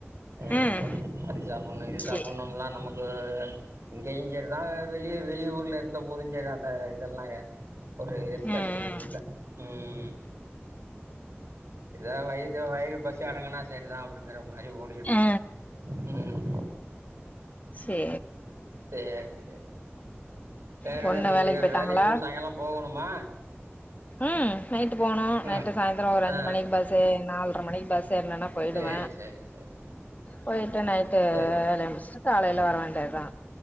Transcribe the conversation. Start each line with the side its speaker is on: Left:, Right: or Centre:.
Right: ஆ
Left: ம்
Right: அது சாப்புண்ணு இது சாப்புண்ணும்லா
Left: சேரி
Right: நமக் கு இங்கெயு செ நா வெளிய வெளி ஊர்ல இருந் போதுஞ்சரி அந்த இதெல்லா ஒரு கடுத்துக்குறதில்ல
Left: ம்
Right: ம் எதா வைது வயிறு பசி அடங்குனா சரிதா அப்டிங்கிற மாரி ஓடியிட்
Left: ஆ
Right: ம்
Left: சே
Right: சேரி சே வேற
Left: பொண்ணு
Right: என்ன செய்திகள்
Left: வேலைக்கு போயிட்டாங்களா
Right: வேல இன்னு சாய்ங்காலொ போகணுமா
Left: ம் நைட்டு போணு நைட்டு
Right: ம்
Left: சாய்ந்தரொ ஒரு அஞ்சு
Right: ஆ
Left: மணிக்கி பஸ் ஏ நால் ட்ற மணிக் பஸ் ஸ் ஏர்னனா போய்டுவ
Right: சேரி சேரி சேரி
Left: போயிட்டு நைட்டு
Right: சேரி
Left: வேலைய முடிச்சுட்டு காலைல வர வேண்டியதா